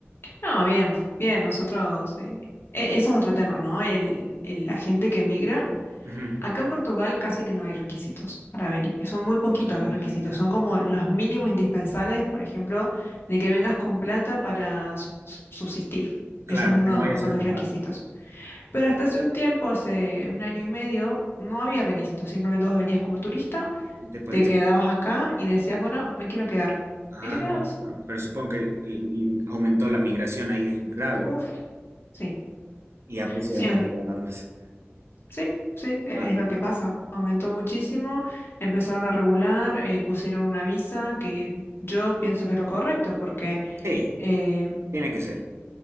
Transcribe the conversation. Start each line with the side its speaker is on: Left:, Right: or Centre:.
Left: No, bien, bien, nosotros, eh, e- eso es otro tema, ¿no? El, el- la gente que migra,
Right: Ujú.
Left: acá en Portugal casi que no hay requisitos para venir, que son muy poquitos
Right: Ah,
Left: los requisitos,
Right: ya.
Left: son como los mínimos indispensables, por ejemplo, de que vengas con plata para su- su- subsistir. Eso
Right: Claro,
Left: es uno,
Right: que no vayas
Left: uno
Right: a
Left: de los
Right: robar,
Left: requisitos.
Right: digamos.
Left: Pero hasta hace un tiempo, hace un año y medio, no había requisitos. Simplemente vos venías como turista,
Right: Y te podías
Left: te quedabas acá y decías, bueno, me quiero quedar.
Right: Ah,
Left: Y te quedabas.
Right: bueno. bueno, Pero supongo que eh, mm, aumentó la migración ahí grave.
Left: Uf,
Right: pues,
Left: sí,
Right: Y ya pusieron
Left: sí,
Right: un
Left: hoy.
Right: par de alarmas.
Left: Sí, sí, es
Right: Ah,
Left: lo que pasa. Aumentó muchísimo, empezaron a regular, eh, pusieron una visa que yo pienso que es lo correcto, porque
Right: sí,
Left: eh,
Right: tiene que ser.